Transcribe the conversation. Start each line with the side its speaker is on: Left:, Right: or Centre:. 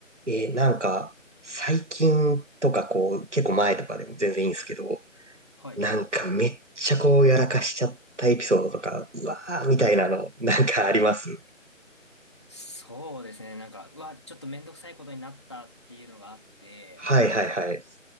Right: えーなんか、最近とかこう、結構前とかでも全然いいんですけど、
Left: はい。
Right: なんかめっちゃこう、やらかしちゃったエピソードとか、うわーみたいなの、なんかあります
Left: そうですね。なんか、うわ、ちょっとめんどくさいことになったっていうのがあって、
Right: はいはいはい。